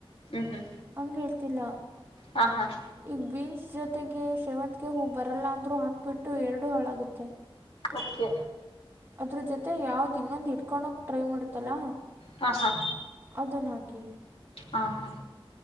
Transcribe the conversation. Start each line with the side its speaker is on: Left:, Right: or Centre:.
Left: ಹ್ಞೂ ಹ್ಞೂ
Right: ಹಗೆ ಹೇಳ್ತಿಲ್ಲ
Left: ಹಾಂ ಹಾಂ
Right: ಈಗ ಬೀನ್ಸ್ ಜೊತೆಗೆ ಶೇವಂತಗೆ ಹೂವು ಬರಲ್ಲ ಅಂದ್ರೂ ಹಾಕಬಿಟ್ಟು ಎರಡು ಹಾಳಾಗುತ್ತೆ
Left: ಓಕೆ
Right: ಅದ್ರ ಜೊತೆ ಯಾವ್ದ್ ಇನ್ನೊಂದು ಇಡ್ಕೊಂಡೋಗ ಟ್ರೈ ಮಾಡುತ್ತಲ್ಲಾ
Left: ಹಾಂ ಹಾಂ
Right: ಅದ ನಕಿ
Left: ಹಾಂ ಹಾಂ